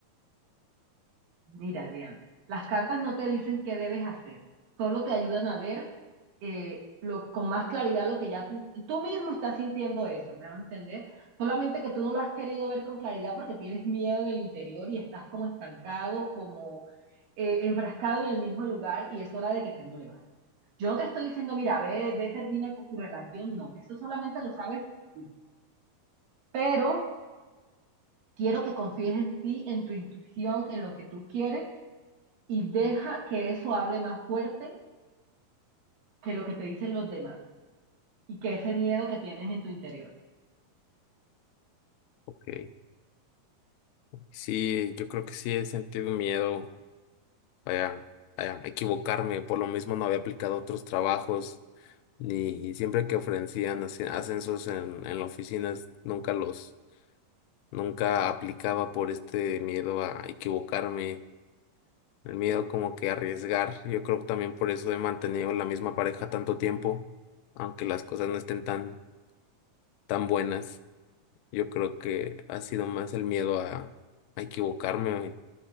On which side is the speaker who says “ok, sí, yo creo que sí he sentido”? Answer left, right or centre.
Left